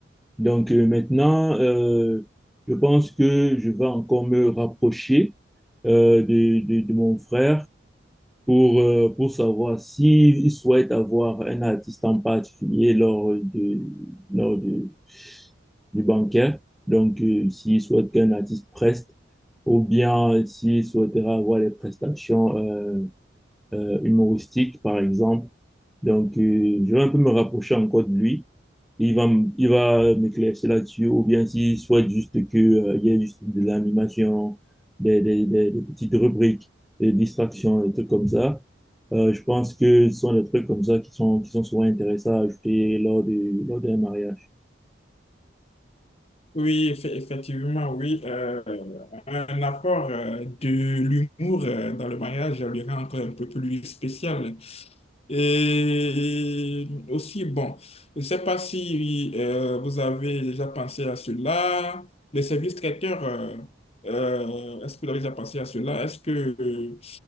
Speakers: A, in the centre; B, on the left.
A: Donc euh, maintenant, euh, je pense que je vais encore me rapprocher euh, de, de, de mon frère pour, euh, pour savoir s'il souhaite avoir un artiste en particulier lors de, lors de, du banquet. Donc, euh, s'il souhaite qu'un artiste preste ou bien s'il souhaitera avoir des prestations euh, euh, humoristiques, par exemple. Donc, euh, je vais un peu me rapprocher encore de lui il va, m- il va m'éclaircir là-dessus, ou bien s'il souhaite juste que, euh, il y ait juste de l'animation, des, des, des, des petites rubriques, des distractions, des trucs comme ça. Euh, je pense que ce sont des trucs comme ça qui sont, qui sont souvent intéressants à ajouter lors du, lors d'un mariage.
B: Oui, effe- effectivement, oui. euh, Un apport euh, de l'humour euh, dans le mariage le rend encore un peu plus spécial. Et aussi, bon, je ne sais pas si euh, vous avez déjà pensé à cela. Les services traiteurs, euh, euh, est-ce que vous avez déjà pensé à cela? Est-ce que euh,